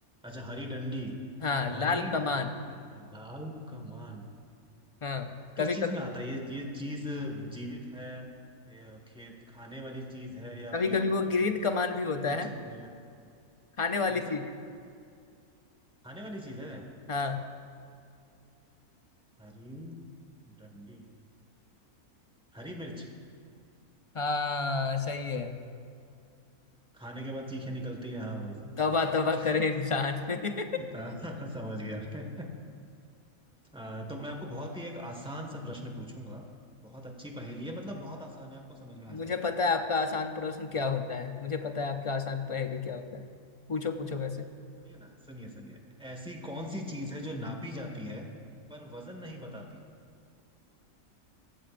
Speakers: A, in the centre; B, on the left.
A: अच्छा हरी डंडी
B: हाँ लाल
A: हरी
B: कमान
A: डंडी लाल कमान
B: हाँ कभी
A: किस चीज
B: कभी
A: में आता है ये ये चीज जीवित है या खेत खाने वाली चीज है या
B: कभी
A: कोई
B: कभी
A: अ,
B: वो ग्रीन कमान
A: ऐसी
B: भी
A: ही
B: होता
A: कोई
B: है
A: चीज है
B: खाने वाली
A: कौन सा
B: चीज
A: खाने वाली चीज है
B: हाँ
A: हरी डंडी हरी मिर्च
B: हाँ सही है
A: खाने के बाद चीखें निकलती हैं हाँ भाई समझ
B: तौबा
A: गया समझ
B: तौबा
A: गया
B: करे इंसान <laughs>
A: <laughs> हाँ, समझ गया <laughs> अ, तो मैं आपको बहुत ही एक आसान सा प्रश्न पूछूंगा बहुत अच्छी पहेली है मतलब बहुत आसान है आपको समझ में आ
B: मुझे पता है आपका आसान प्रश्न
A: जाएगा
B: क्या होता है मुझे पता है आपका आसान पहेली क्या होता है पूछो पूछो वैसे
A: सुनिए ना सुनिए सुनिए ऐसी कौन सी चीज है जो नापी जाती है पर वजन नहीं बताती